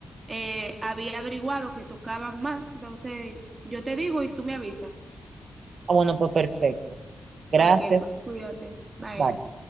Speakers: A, on the right (about 45°); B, on the right (about 70°).
A: eh, había averiguado que tocaban más. Entonces, yo te digo y tú me avisas.
B: Ah, bueno, pues perfecto. Gracias.
A: Ok, pues cuídate. Bye.
B: Bye.